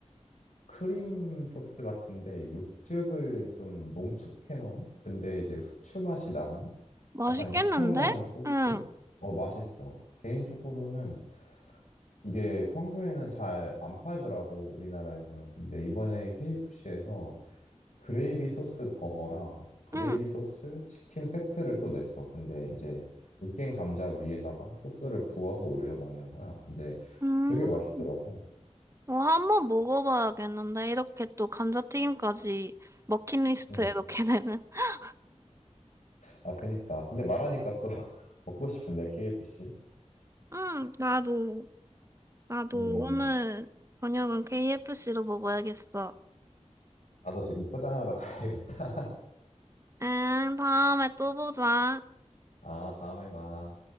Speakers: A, on the left; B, on the right.
A: 크림 소스 같은데 육즙을 좀 농축해 놓은? 근데 이제 후추 맛이 나는?
B: 맛있겠는데?
A: 약간 육향 나는 소스?
B: 응,
A: 어, 맛있어. 개인적으로는 이게 평소에는 잘 안 팔더라고, 우리나라에서는. 근데 이번에 KFC에서 그레이비 소스 버거랑 그레이비
B: 응.
A: 소스 치킨 세트를 또 냈어. 근데 이제 으깬 감자 위에다가 소스를 부어서 올려 먹는 거야. 근데
B: 음.
A: 되게 맛있더라고.
B: 어, 한번 먹어봐야겠는데. 이렇게 또 감자튀김까지 머킷리스트에
A: 음.
B: 넣게 되는. <laughs>
A: 아, 그니까. 근데 말하니까 또 <laughs> 먹고 싶은데, KFC.
B: 응, 나도, 나도
A: 음,
B: 오늘 저녁은 KFC로 먹어야겠어.
A: 나도 지금 포장하러 <laughs> 가야겠다.
B: 응, 다음에 또 보자.
A: 아, 다음에 봐.